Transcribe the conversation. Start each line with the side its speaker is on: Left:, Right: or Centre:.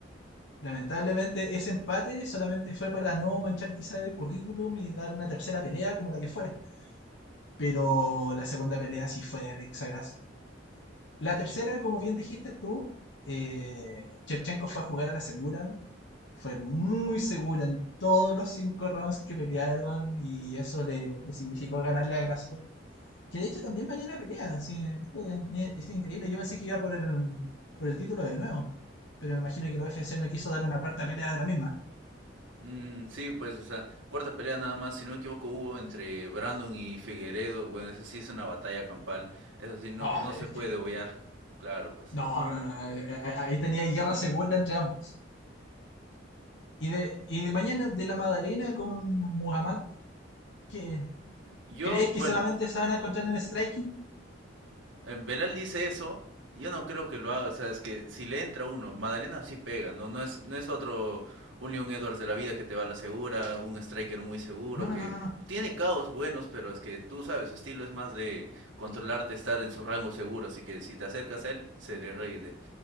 Left: Lamentablemente ese empate solamente fue para no manchar quizá el currículum y dar una tercera pelea como la que fue. Pero la segunda pelea sí fue del exagraso. La tercera,
Right: Sí.
Left: como bien dijiste tú, eh, Shevchenko fue a jugar a la segura. Fue muy segura en todos los cinco rounds que pelearon y eso le, le significó ganarle a Grasso. Que de hecho también mañana pelea. Sí, esto es, es increíble. Yo pensé que iba por el, por el título de nuevo. Pero me imagino que el UFC no quiso dar una cuarta pelea de la misma.
Right: Mm, sí, pues, o sea, cuarta pelea nada más, si no me equivoco, hubo entre Brandon y Figueredo. Bueno, eso sí es una batalla campal. Eso sí, no,
Left: Ah,
Right: no
Left: pero
Right: se
Left: es
Right: puede
Left: que.
Right: obviar. Claro, pues.
Left: No, no, no. eh, eh, Ahí tenía guerra segura entre ambos. Y de, y de mañana, de la Madalena con Muhammad, ¿Qué
Right: Yo,
Left: ¿crees
Right: bueno,
Left: que solamente se van a encontrar en Striking?
Right: Eh, Belal dice eso, yo no creo que lo haga, o sea, es que si le entra uno, Madalena sí pega, no, no es, no es otro un Leon Edwards de la vida que te va a la segura, un striker muy seguro,
Left: No, no,
Right: que
Left: no, no, no.
Right: tiene caos buenos, pero es que tú sabes, su estilo es más de controlarte, estar en su rango seguro, así que si te acercas a él, se le rinde.